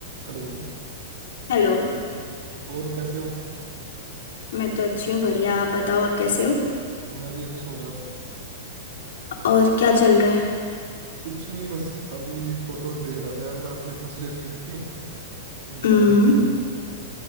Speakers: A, on the right; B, on the left.
A: हेलो
B: Hello
A: और कैसे हो
B: मैं तो अच्छी हूँ बढ़िया आप बताओ आप कैसे हो
A: मैं भी अच्छा हूँ यार
B: और क्या चल रहा है
A: कुछ नहीं बस अभी फोटोज देख रहा था यार मैं अपने पिछले ट्रिप की जब मैं
B: हम्म
A: हरिद्वार गया था